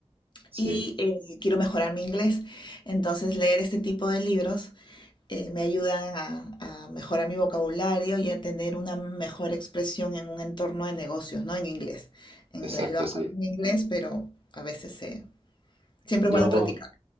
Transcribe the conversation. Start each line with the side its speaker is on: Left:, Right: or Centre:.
Right: sí,
Left: y eh, quiero mejorar mi inglés. Entonces, leer este tipo de libros eh, me ayudan a, a mejorar mi vocabulario y a tener una mejor expresión en un entorno de negocios, ¿no? En inglés. En
Right: exacto,
Left: inglés lo hablo
Right: sí.
Left: en inglés, pero a veces se- siempre
Right: Yo...
Left: es bueno practicar.